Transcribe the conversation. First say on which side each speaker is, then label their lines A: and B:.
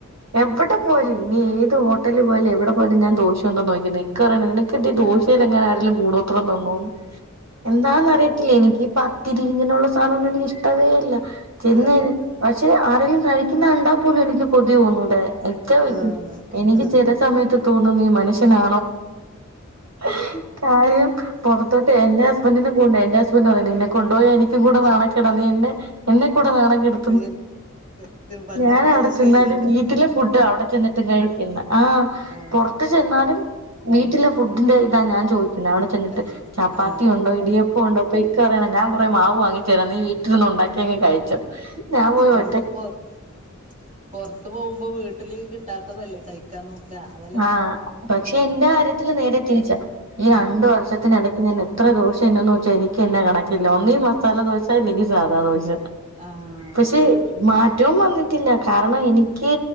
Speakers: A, on the right; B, on the right.
A: എവിടെ പോലും ഇനി ഏത് ഹോട്ടലി പോയാലും എവിടെ പോയാലും ഞാൻ ദോശ ണ്ടോനോയിക്കുന്നെ ഇക്ക പറയണെ നിനക്കെന്താ ഈ ദോശയിലെങ്ങാനും ആരേലും കൂടോത്രം തന്നൂന്ന് എന്താന്നറിയത്തില്ല എനിക്ക് ഇപ്പ തിരി ഇങ്ങനെയുള്ള സാനമൊന്നും എനിക്ക് ഇഷ്ടവേ അല്ല ചെന്നേന്
B: ഇല്ലല്ലേ
A: പക്ഷേ ആ രേലും കഴിക്കുന്ന കണ്ടാ പോലും എനിക്ക് കൊതി തോന്നൂല്ല ഇക്ക ചോയിക്കും
B: ആ
A: എനിക്ക്
B: ആ
A: ചെല സമയത്ത് തോന്നും നീ മനുഷ്യനാ <unintelligible> കാര്യം പൊറത്തോട്ട് എന്റെ ഹസ്ബന്റിന്റെ കൂടെ എന്റെ ഹസ് ഹസ്ബന്റ് പറയുന്നെ നിന്നെ കൊണ്ടുപോയാ എനിക്കു കൂടെ
B: ആ
A: നാണക്കേടാ നീ എന്നെ എന്നെ കൂടെ നാണം കെടു
B: <unintelligible> ഭരണം
A: ഞാൻ അവിടെ
B: ദോശ
A: ചെന്നാലും
B: കഴിച്ച്ങ്ങാണ്ടല്ലേ
A: വീട്ടിലെ ഫുഡാ അവിടെ ചെന്നിട്ടും കഴിക്കുന്നെ ആഹ്
B: ആ
A: പൊറത്ത് ചെന്നാലും വീട്ടിലെ
B: ഉം
A: ഫുഡിന്റെ
B: അത്
A: ഇതാ ഞാൻ ചോയിക്കുന്നെ അവിടെ ചെന്നിട്ട്
B: ശരി
A: ചപ്പാത്തി
B: ആ
A: ഉണ്ടോ ഇടിയപ്പം ഉണ്ടോ അപ്പൊ ഇക്ക പറയണെ
B: ഉം
A: ഞാൻ കുറെ മാവ് വാങ്ങി തരാം നീ വീട്ടില് ഇരുന്ന് ഉണ്ടാക്കി നീ അങ്ങ് കഴിച്ചോ ഞാൻ പോയി
B: നമ്മള്
A: ഒ
B: പൊറത്ത് പൊറത്ത് പോവുമ്പോ വീട്ടില് കിട്ടാത്തതല്ലേ കഴിക്കാൻ നോക്കാ അതാ
A: ആഹ് പക്ഷെ എന്റെ കാര്യത്തില് നേരെ തിരിച്ചാ ഈ രണ്ട്
B: ഉം
A: വർഷ ത്തിനെടയ്ക്ക് ഞാൻ എത്ര ദോശ തിന്നെന്ന് ചോദിച്ചാ എനിക്ക് തന്നെ കണക്കില്ല ഒന്നെങ്കി മസാല ദോശ ഇല്ലെങ്കിൽ സാദാ ദോശ
B: ആ
A: പക്ഷെ
B: അത് പറ്റും
A: മാറ്റവും വന്നി ട്ടില്ല കാരണം എനിക്ക്